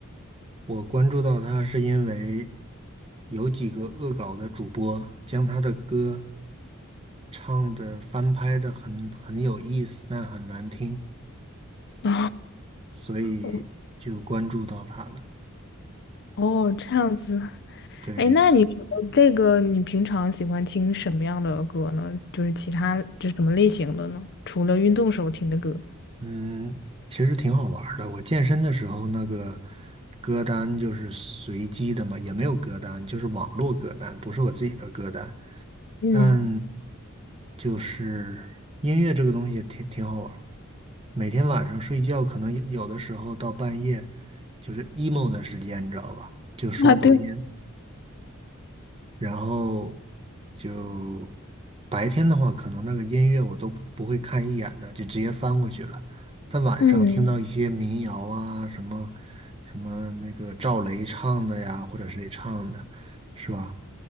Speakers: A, on the right; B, on the left.
A: 我关注到他是因为有几个恶搞的主播将他的歌唱的翻拍的很很有意思，但很难听，
B: <laughs>
A: 所以就关注到他了。
B: 哦，哦，这样子。
A: 对，
B: 哎，那你除了这个，你平常喜欢听什么样的歌呢？就是其他就是什么类型的呢？除了运动时候听的歌。
A: 嗯，其实挺好玩儿的。我健身的时候，那个歌单就是随机的嘛，也没有歌单，就是网络歌单，不是我自己的歌单。
B: 嗯，
A: 但就是音乐这个东西挺挺好玩儿每天晚上睡觉，可能有有的时候到半夜，就是 emo 的时间，你知道吧？就刷抖音，
B: 啊，对，
A: 然后就白天的话，可能那个音乐我都不不会看一眼的，就直接翻过去了。但晚上听到一些民谣啊，
B: 嗯，
A: 什么什么那个赵雷唱的呀，或者谁唱的，是吧？